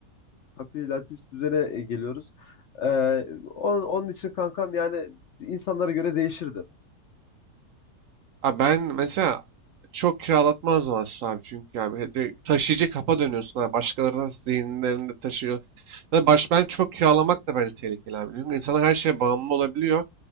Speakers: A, on the left; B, on the right.
A: Kapi Latis düzene e, geliyoruz. Ee, onun, onun için kankam yani insanlara göre değişirdi.
B: Abi ben mesela çok kiralatmazdım aslında abi çünkü abi he- de taşıyıcı kapa dönüyorsun abi başkalarının zihinlerinde taşıyor. Ya baş ben çok kiralamak da bence tehlikeli abi. Çünkü insanlar her şeye bağımlı olabiliyor.